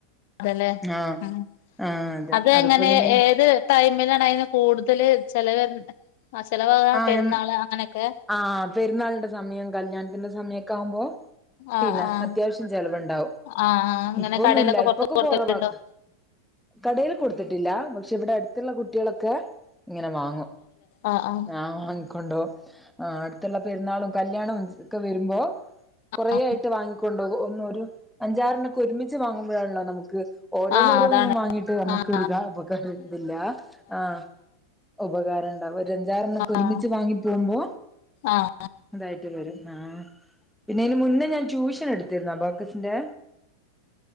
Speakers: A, on the left (about 50°); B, in the centre.
A: അതെലെ
B: ആഹ്
A: ഉം
B: ആഹ് അതെ
A: അതങ്ങനെ
B: അതിപ്പോ ഇങ്ങനെ
A: ഏത് ടൈമിലാണ് അയിന് കൂടുതല് ചിലവരുന്നെ ആ ചിലവ്
B: ആഹ്
A: പെരുന്നാള്
B: ഞാൻ
A: അങ്ങനൊക്കെ
B: ആഹ് പെരുന്നാളിന്റെ സമയം കല്യാണത്തിന്റെ സമയൊക്കാവുമ്പൊ പിന്നെ
A: ആഹ് ആഹ്
B: അത്യാവശ്യം ചെലവുണ്ടാവും
A: ആഹ് ആഹ് അങ്ങനെ
B: ഇപ്പൊന്നൂല്ല
A: കടയിലൊക്കെ പൊറത്ത്
B: ഇപ്പൊക്കെ
A: കൊടുക്കലുണ്ടോ
B: കുറവാക്ക- കടല് കൊടുത്തിട്ടില്ല പക്ഷെ ഇവിടെ അടുത്തുള്ള കുട്ടിളൊക്കെ ഇങ്ങനെ വാങ്ങും
A: ആ ആ ആഹ്
B: ആഹ് വാങ്ങിക്കോണ്ടു ആ അടുത്തുള്ള പെരുന്നാളും കല്യാണോം ഒക്കെ വരുമ്പോ കുറെയായിട്ട്
A: ആഹ്
B: വാങ്ങിക്കൊണ്ട ഒന്നു ഒരു അഞ്ചാറണ്ണൊക്കെ ഒരുമിച്ച് വാങ്ങുമ്പോഴാണല്ലോ നമുക്ക് ഓരോന്നോരോന്നും
A: ആഹ് അതാണ്
B: വാങ്ങിയിട്ട് നമുക്കില്ല
A: ആഹ്
B: നമുക്കൊരുതില്ല ആഹ് ഉപകാരണ്ടാവും ഒരഞ്ചറാണ്ണൊക്കെ ഒരുമിച്ച്
A: ആഹ്
B: വാങ്ങിപോകുമ്പോ
A: ആഹ്
B: അതായിട്ട് വരും ആഹ് പിന്നെ അയിന് മുന്നെ ഞാൻ ട്യൂഷനെടുത്തിരുന്നു അബാകസിന്റെ